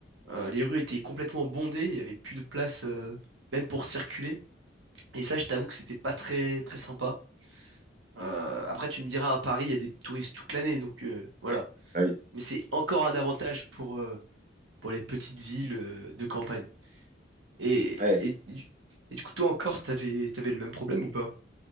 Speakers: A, on the right; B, on the right.
A: euh, les rues étaient complètement bondées, il n'y avait plus de place euh, même pour circuler. Et ça, je t'avoue que c'était pas très, très sympa. Euh, après, tu me diras, à Paris, il y a des touristes toute l'année, donc euh, voilà.
B: ouais. Ah oui,
A: Mais c'est encore un avantage pour, euh, pour les petites villes euh, de campagne. Et,
B: ouais. c'est-
A: et, du et du coup, toi en Corse, t'avais, t'avais le même problème ou pas?